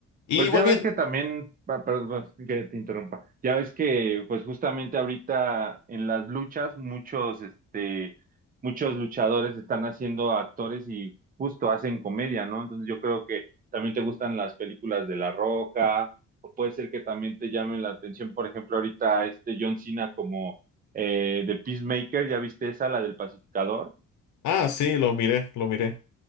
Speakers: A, on the left; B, on the right.
A: Y
B: Pues
A: volviendo.
B: ya ves que también, pa- perdón, que te interrumpa, ya ves que pues justamente ahorita en las luchas muchos, este, muchos luchadores están haciendo actores y justo hacen comedia, ¿no? Entonces yo creo que también te gustan las películas de La Roca, o puede ser que también te llamen la atención, por ejemplo, ahorita este John Cena como eh, The Peacemaker, ¿ya viste esa, la del pacificador?
A: Ah, sí, lo miré, lo miré.